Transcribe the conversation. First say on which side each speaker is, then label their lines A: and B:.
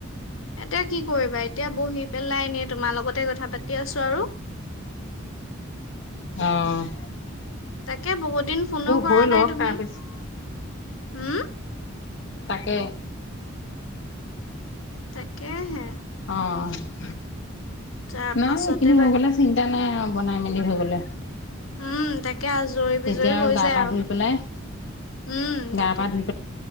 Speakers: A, on the left; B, on the left.
A: এতিয়া কি কৰিবা, এতিয়া বহি পেলাই, এনে তোমাৰ লগতে কথা পাতি আছো আৰু।
B: অঁ।
A: তাকে বহুত দিন ফোনো কৰা
B: হৈ
A: নাই
B: লওক
A: তুমি
B: তাৰপিছত
A: উম
B: তাকে।
A: তাকেহে।
B: অ'।
A: তাৰ
B: নহ
A: পাছতে
B: সেইখিনি
A: বা
B: হৈ গ'লে চিন্তা নাই আও বনাই মেলি হৈ গ'লে।
A: উম তাকে আজৰি
B: তেতিয়া
A: বিজৰী হৈ
B: গা
A: আৰু।
B: পা ধুই পেলাই
A: উম
B: গা
A: তাকে
B: পা ধুই